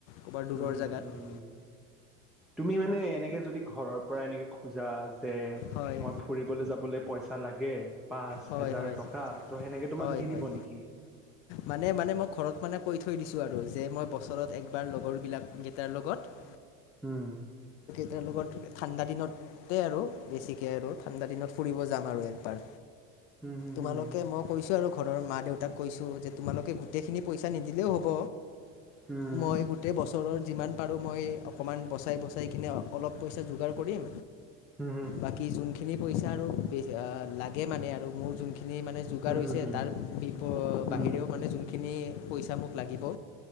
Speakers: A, on the left; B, in the centre.
A: ক'ৰবাত দূৰৰ
B: উম
A: জেগাত।
B: উম তুমি মানে এনেকে যদি ঘৰৰ পৰা এনেকে খোজা যে
A: হয়
B: মই ফুৰিবলৈ যাবলৈ পইচা লাগে পাঁচ
A: হয়
B: হেজাৰ
A: হয়
B: টকা টকা সেনেকে তোমাক
A: হয়
B: দি
A: হয়
B: দিব নেকি?
A: মানে মানে মই ঘৰত মানে কৈ থৈ দিছোঁ আৰু যে মই বছৰত একবাৰ লগৰবিলাক কেইটাৰ লগত
B: হম
A: তেওঁলোকৰ ঠাণ্ডা দিনতে আৰু বেছিকে আৰু ঠাণ্ডা দিনত ফুৰিব যাম আৰু একবাৰ।
B: হুম হুম
A: তোমালোকে মোক কৈছোঁ আৰু ঘৰৰ মা দেউতাক কৈছোঁ যে তোমালোকে গোটেইখিনি পইচা নিদিলেও হ'ব
B: হুম
A: মই গোটেই বছৰত যিমান পাৰোঁ মই অকণমান বচাই বচাই কিনে অলপ পইচা যোগাৰ কৰিম
B: হু
A: বাকী যোনখিনি পইচা আৰু লাগে মানে আৰু আৰু মোৰ যোনখিনি মানে যোগাৰ
B: হুম
A: হৈছে
B: হুম হুম হুম
A: তাৰ বিপ বাহিৰেও
B: হুম
A: মানে যোন যিখিনি পইচা মোক লাগিব